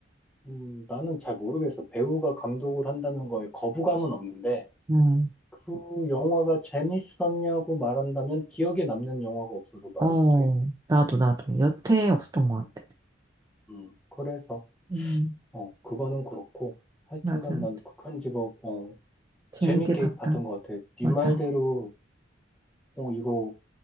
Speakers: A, in the centre; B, on the right.
A: 음, 나는 잘 모르겠어. 배우가 감독을 한다는 거에 거부감은 없는데,
B: 음,
A: 그 영화가 재밌었냐고 말한다면 기억에 남는 영화가 없어서 말을
B: 어,
A: 못하겠네.
B: 나도, 나도. 여태 없었던 것
A: 음,
B: 같아.
A: 음. 그래서,
B: 음,
A: 어, 그거는 그렇고, 하여튼간
B: 맞아.
A: 난 극한직업, 어,
B: 재밌게
A: 재밌게
B: 봤다.
A: 봤던 것 같아. 네
B: 맞아.
A: 말대로, 어, 이거